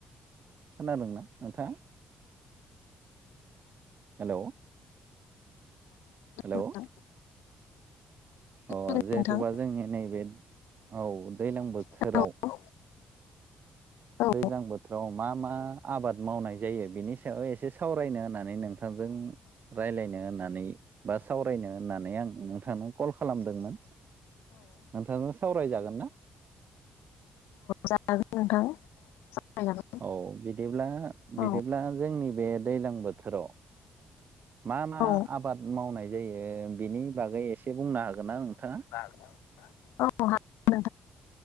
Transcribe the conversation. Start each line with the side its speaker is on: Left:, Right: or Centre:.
Right: खोनादोंना नोंथाङा? हेल। ' हेल'।
Left: नोंथां
Right: अ
Left: खोनादों
Right: जिहेथुबा
Left: नोंथां
Right: जोंनि नैबे औ दैज्लां बोथोराव।
Left: औ औ औ
Right: दैज्लां बोथोराव मा मा आबाद मावनाय जायो बिनि सायाव एसे सावरायनो होननानै नोंथां नोंथजों राय्लायनो होननानै बा सावरायनो होननानै आं नोंथांनो कल खालामदोंमोन नोंथांजों सावरायजागोन ना?
Left: जागोन नोंथां। जागोन
Right: औ बिदिब्ला बिदिब्ला
Left: औ
Right: जोंनि बे दैज्लां बोथोराव। मा मा
Left: औ
Right: आबाद मावनाय जायो बेनि बागै एसे बुंनो हागोन हागोन ना नोंथाङा?
Left: <unintelligible>